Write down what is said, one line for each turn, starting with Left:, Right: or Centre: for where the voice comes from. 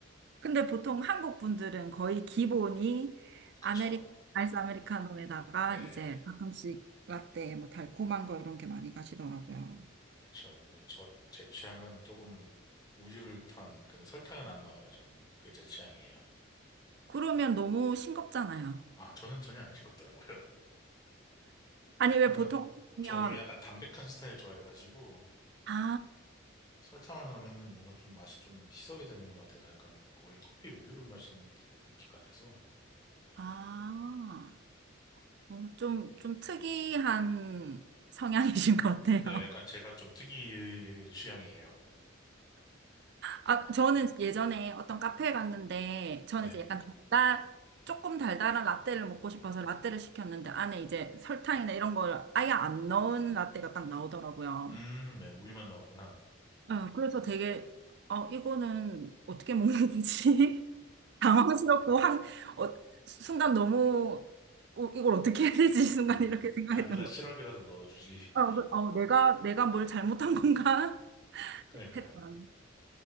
Right: 근데 보통 한국 분들은 거의 기본이
Left: 그쵸.
Right: 아메리, 아이스 아메리카노에다가
Left: 아, 네,
Right: 이제 가끔씩 라떼, 뭐 달콤한 거 이런 게 많이 가시더라고요.
Left: 그쵸. 근데 저, 제 취향은 조금 우유를 탄, 근데 설탕은 안 넣어요, 저는. 그게 제 취향이에요.
Right: 그러면 너무 싱겁잖아요.
Left: 아, 저는 전혀 안 싱겁더라고요. <laughs>
Right: 아니, 왜
Left: 저는,
Right: 보통 하면,
Left: 저 오히려 약간 담백한 스타일 좋아해가지고,
Right: 아,
Left: 설탕을 넣으면 뭔가 좀 맛이 좀 희석이 되는 것 같아서 약간 오히려 커피 우유를 마시는 느낌 같아서.
Right: 아, 어, 좀, 좀 특이한 성향이신 것 같아요.
Left: 네, 약간 제가 좀 특이 취향이에요.
Right: 아, 저는 예전에 어떤 카페에 갔는데, 저는
Left: 네.
Right: 이제 약간 달달, 조금 달달한 라떼를 먹고 싶어서 라떼를 시켰는데, 안에 이제 설탕이나 이런 걸 아예 안 넣은 라떼가 딱 나오더라고요.
Left: 음, 네, 우유만 넣었구나.
Right: 어, 그래서 되게, 어, 이거는 어떻게 먹는 건지 <laughs> 당황스럽고, 한, 어, 순간 너무, 어, 이걸 어떻게 해야 되지? <laughs> 순간
Left: 뭐,
Right: 이렇게 생각했던
Left: 바닐라
Right: 거.
Left: 시럽이라도 넣어주지. <laughs>
Right: 어, 그- 어, 내가, 내가 뭘 잘못한 건가? <laughs>
Left: 그러니까요.
Right: 했던.